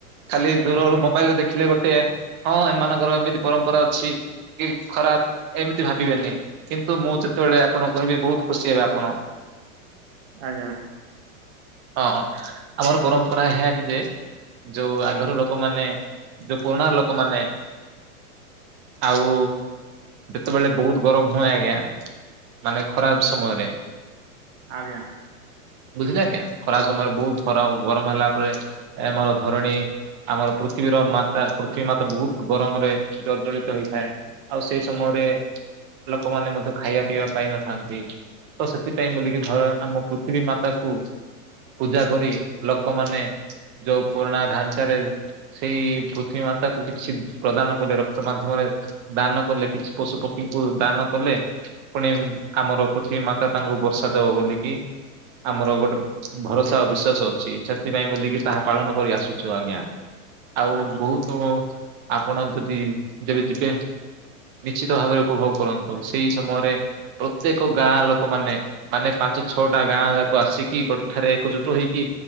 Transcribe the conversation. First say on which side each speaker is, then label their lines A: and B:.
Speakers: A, on the right; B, on the right.
A: ଖାଲି ଦୂରରୁ ମୋବାଇଲରେ ଦେଖିଲେ ଗୋଟେ ହଁ ଏମାନଙ୍କର ଏମିତି ପରମ୍ପରା ଅଛି କି ଖରାପ ଏମିତି ଭାବିବେନି କିନ୍ କିନ୍ତୁ ମୁଁ ଯେତେବେଳେ ଆପଣଙ୍କୁ କହିବି ବହୁତ ଖୁସି ହେବେ ଆପଣ।
B: ଆଜ୍ଞା।
A: ହଁ ଆମର ପରମ୍ପରା ଏହା କି ଯେ ଯୋଉ ଆଗରୁ ଲୋକମାନେ ଯୋଉ ପୁରୁଣା ଲୋକମାନେ ଆଉ ଯେତେବେଳେ ବହୁତ ଗରମ ହୁଏ ଆଜ୍ଞା। ମାନେ ଖରାପ ସମୟରେ।
B: ଆଜ୍ଞା।
A: ବୁଝିଲେ ଆଜ୍ଞା ଖରାପ ସମୟରେ ବହୁତ ଖରା ଗରମ ହେଲା ପରେ ଏମର ଧରଣୀ ଆମର ପୃଥିବୀର ମା ତା ପୃଥିବୀ ମାତା ବହୁତ ଗରମରେ ଜଜଳିତ ହେଇଥାଏ ଆଉ ସେଇ ସମୟରେ ଲୋକମାନେ ମଧ୍ୟ ଖାଇବା ପିଇବା ପାଇଁ ନଥାନ୍ତି। ତ ସେଥିପାଇଁ ବୋଲିକି ଧ ଆମ ପୃଥିବୀ ମାତାକୁ ପୂଜା କରି ଲୋକମାନେ ଯୋଉ ପୁରୁଣା ଢାଞ୍ଚାରେ ସେଇ ପୁ ପୃଥିବୀ ମାତାକୁ କିଛି ପ୍ରଦାନ କଲେ ରକ୍ତ ମାଧ୍ୟମରେ ଦାନ କଲେ କିଛି ପଶୁ ପକ୍ଷୀଙ୍କୁ ଦାନ କଲେ। ତେ ପୁଣି ଆମର ପୃଥିବୀ ମାତା ତାଙ୍କୁ ବର୍ଷା ଦବ ବୋଲିକି ଆମର ଗୋଟେ ଭରସା ଆ ବିଶ୍ଵାସ ଅଛି ସେଥି ପାଇଁ ବୋଲି କି ତାହା ପାଳନ କରି ଆସୁଛୁ ଆଜ୍ଞା। ଆଉ
B: ଆଚ୍ଛା
A: ବହୁତ ଆପଣ ଯଦି ଯେବେ ଯିବେ। କିଛିତ ଭାବରେ ଉପଭୋଗ କରନ୍ତୁ ସେଇ ସମୟରେ ପ୍ରତ୍ୟେକ ଗାଁ ଲୋକ ମାନେ ମାନେ ପାଞ୍ଚ ଛଅଟା ଗାଁ ଯାକ ଆସିକି ଗୋଠାରେ ଏକଜୁଟ ହେଇକି